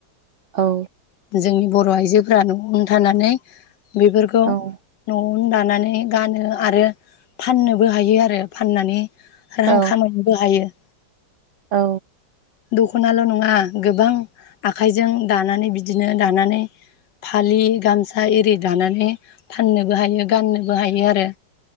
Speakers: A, on the right; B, on the left.
A: औ।
B: जोंनि बरआइजोफोरा नआवनो थानानै। बेफोरखौ
A: औ औ
B: नआव उन दानानै गानो आरो फाननोबो हायो आरो फाननानै रां
A: औ
B: खामायनोबो हायो।
A: औ।
B: दखनाल नङा गोबां आखाइजों दानानै बिदिनो दानानै फालि गामसा एरि दानानै फाननोबो हायो गाननोबो हायो आरो।